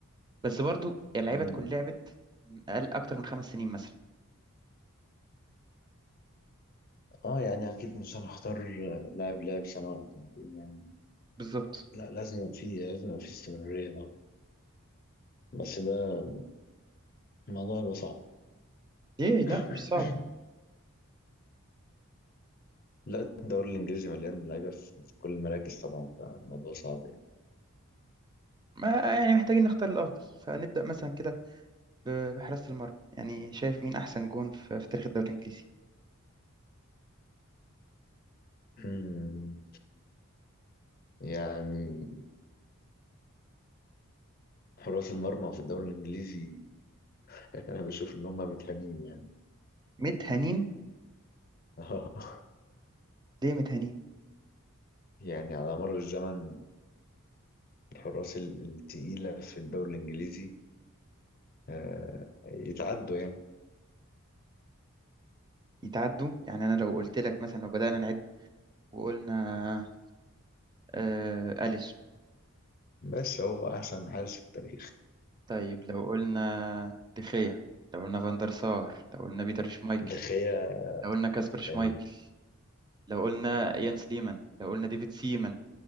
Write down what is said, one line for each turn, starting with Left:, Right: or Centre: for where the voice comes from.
Right: بس برضو اللعيبة
Left: مم.
Right: تكون لعبت اقل اكتر من خمس سنين مثلا
Left: اه يعني أكيد مش هنختار لاعب لاعب سنة ولا سنتين يعني
Right: بالظبط
Left: لا لازم يبقى فيه لازم يبقى فيه استمرارية اه بس ده الموضوع هيبقى صعب
Right: ايه لا
Left: <coughs>
Right: مش صعب
Left: لا الدوري الإنجليزي مليان لعيبة في في كل المراكز طبعا فالموضوع صعب يعني
Right: ما يعني محتاجين نختار الافضل فنبدأ مثلا كده ب- بحراسة المرمى يعني شايف مين احسن جون في في تاريخ الدوري الانجليزي
Left: مم. يعني حراس المرمى في الدوري الإنجليزي <laughs> أنا بشوف إن هم متهانين يعني
Right: ميت هنين
Left: <laughs>
Right: ليه ميت هنين؟
Left: يعني على مر الزمن الحراس ال- التقيلة في الدوري الإنجليزي آه، يتعدوا يعني
Right: يتعدوا يعني أنا لو قلت لك مثلا لو بدأنا نعد وقلنا آه أليس
Left: بس هو أحسن حارس في التاريخ
Right: طيب لو قلنا دخيا لو قلنا فاندر سار لو قلنا بيتر شمايكل
Left: دخيا
Right: لو قلنا كاسبر شمايكل
Left: يعني
Right: لو قلنا يانس ليمان لو قلنا ديفيد سيمان